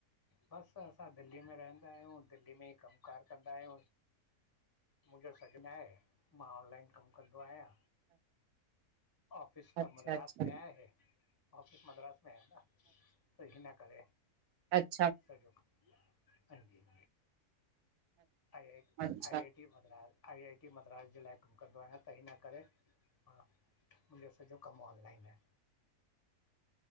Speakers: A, on the left; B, on the right.
A: बसि असां दिल्ली में रहंदा आहियूं, दिल्ली में ई कमुकार कंदा आहियूं। मुंजो सॾ न आहे, मां ऑनलाइन कमु कंदो आहियां। ऑफिस
B: अच्छा
A: त मद्रास
B: अच्छा
A: में आहे, ऑफिस मद्रास में ह न, त हिन करे
B: अचछा
A: सॼो, हांजी। आई आई,
B: अच्छा
A: I I T Madras, I I T Madras ॼे लाइ कमु कंदो आहियां त हिन करे हा मुंहिंॼो सॼो कमु ऑनलाइन आए।
B: <inaudible>